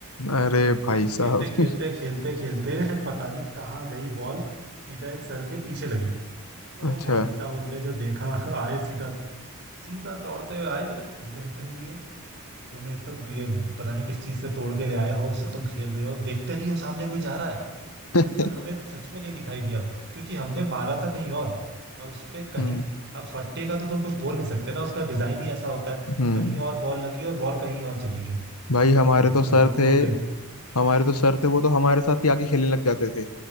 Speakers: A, on the left; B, on the right.
A: अरे
B: और भाई
A: भाई
B: खेलते
A: साहब
B: खेलते खेलते खेलते <laughs> पता नहीं कहाँ गई बॉल सीधा एक सर के पीछे लगी ओ
A: अच्छा
B: भाई साहब उनने जो देखा <laughs> आए सीधा सीधा दौड़ते हुए आए बोले ये क्या बदतमीजी है तुम एक तो ये पता नहीं किस चीज से तोड़ के ले आए हो उससे तुम खेल रहे हो देखते नहीं हो सामने कोई जा रहा है
A: <laughs>
B: बोला सर हमें सच में नहीं दिखाई दिया क्योंकि हमने मारा था कहीं और और उस पे कहीं
A: हम्म
B: अब फट्टे का तो तुम कुछ बोल नहीं सकते ना उसका डिजाइन ही ऐसा होता है
A: हम्म
B: कहीं और बॉल लगी और बॉल कहीं और चली गई
A: भाई हमारे
B: भाई
A: तो
B: साहब
A: सर
B: वो
A: थे
B: वो बे
A: हमारे तो सर थे वो तो हमारे साथ ही आके खेलने लग जाते थे